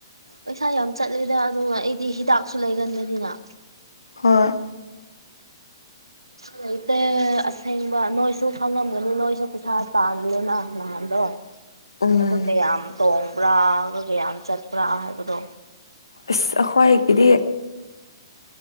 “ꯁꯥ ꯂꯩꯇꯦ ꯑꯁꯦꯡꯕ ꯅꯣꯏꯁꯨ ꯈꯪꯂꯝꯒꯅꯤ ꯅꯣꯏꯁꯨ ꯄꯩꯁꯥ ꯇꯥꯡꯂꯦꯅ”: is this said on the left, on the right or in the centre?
Right